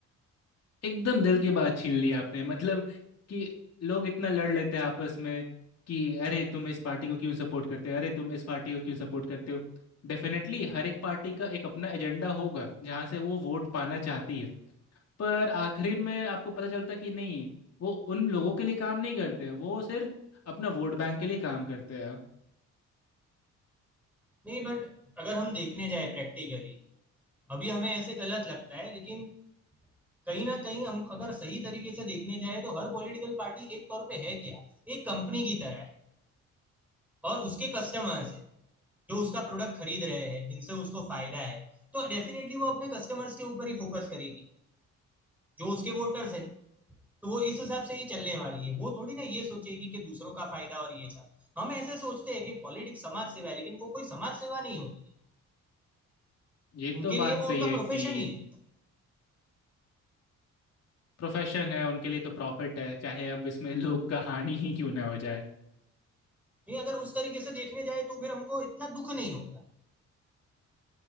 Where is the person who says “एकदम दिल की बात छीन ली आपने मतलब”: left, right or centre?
Left